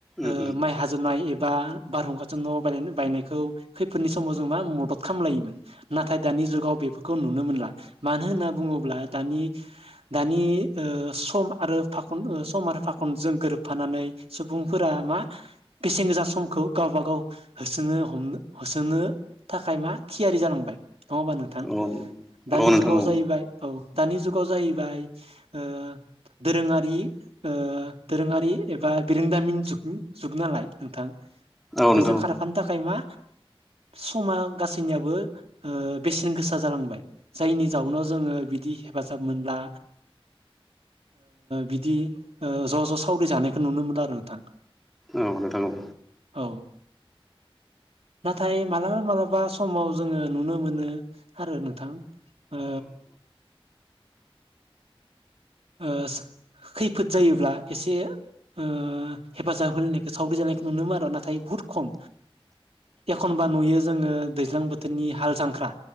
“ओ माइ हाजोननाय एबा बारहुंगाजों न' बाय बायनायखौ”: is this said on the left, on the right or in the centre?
Right